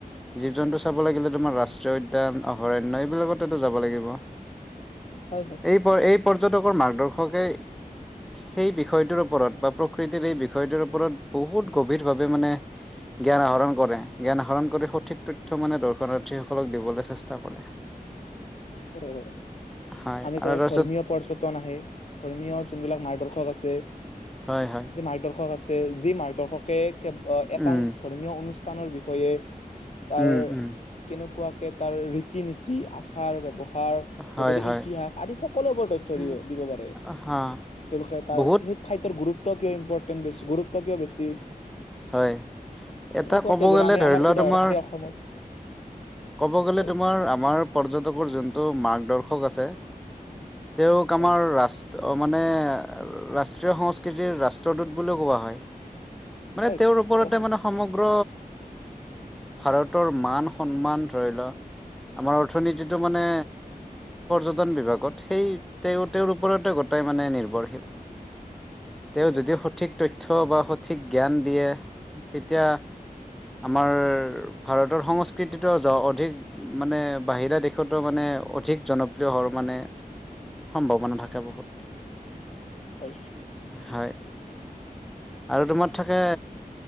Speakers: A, in the centre; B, on the left.
A: জীৱ জন্তু চাব লাগিলে তোমাৰ ৰাষ্ট্ৰীয় উদ্যান, অভয়াৰণ্য এইবিলাকতো যাব লাগিব।
B: হয় হয়
A: এই প এইপ পৰ্যটকৰ মাৰ্গদৰ্শকে সেই বিষয়টোৰ ওপৰত বা প্ৰকৃতিৰ এই বিষয়টোৰ ওপৰত বহুত গভীৰভাৱে মানে জ্ঞান আহৰণ কৰে। জ্ঞান আহৰণ কৰি সঠিক তথ্য মানে দৰ্শনাৰ্থীসকলক দিবলৈ চেষ্টা কৰে।
B: কৰে কৰে
A: হয়
B: আমি
A: আৰু
B: কৰ
A: তাৰপিছত
B: ধৰ্মীয় পৰ্যটন আহে ধৰ্মীয় যোনবিলাক মাৰ্গদৰ্শক আছে।
A: হয় হয়
B: যে মাৰ্গদৰ্শক আছে। যি মাৰ্গদৰ্শকে এটা
A: উম
B: ধৰ্মীয় অনুষ্ঠানৰ বিষয়ে তাৰ
A: উম উম
B: কেনেকুৱা তাৰ ৰীতি-নীতি আচাৰ পঢ়াৰ
A: হয়
B: লগতে
A: হয়
B: ইতিহাস আদি সকলোবোৰ তথ্য
A: উম
B: দি দিব পাৰে।
A: হা
B: তেওঁলোকে তাৰ
A: বহুত
B: সেই ঠাইটোৰ গুৰুত্ব কিয় ইম্পৰ্টেণ্ট বেছি গুৰুত্ব ত্ব কিয় বেছি
A: হয় এটা
B: এনেকুৱাকে
A: ক'ব
B: যেনে
A: গ'লে,
B: আমি
A: ধৰি
B: আমাৰ
A: লোৱা
B: উদাহৰণ
A: তোমাৰ
B: আমি অসমত
A: ক'ব গ'লে
B: হয়
A: তোমাৰ আমাৰ পৰ্য্যটকৰ যোন টো মাৰ্গদৰ্শক আছে তেওঁক আমাৰ
B: হয়
A: ৰাষ্ট মানে ৰাষ্ট্ৰীয় সংস্কৃতিৰ ৰাষ্ট্ৰদূত বুলিও কোৱা হয়। মানে,
B: হয়
A: তেওঁৰ ওপৰতে
B: কোৱা হয়
A: মানে সম গ্ৰ ভাৰতৰ মান সন্মান ধৰি লোৱা আমাৰ অৰ্থনীতিটো মানে পৰ্যটন বিভাগত সেই তেওঁ তেওঁৰ ওপৰতে গোটেই মানে নিৰ্ভৰশীল তেওঁ
B: কৰে
A: যদিও সঠিক তথ্য থ্য' বা সঠিক। জ্ঞান দিয়ে, তেতিয়া, আমাৰ ভাৰতৰ সংস্কৃতিটো অধিক, মানে বাহিৰা দেশতো মানে অধিক জনপ্ৰিয় হোৱাৰ মানে, সম্ভাৱনা থাকে বহুত।
B: হয়।
A: হয়, আৰু তোমাত থাকে,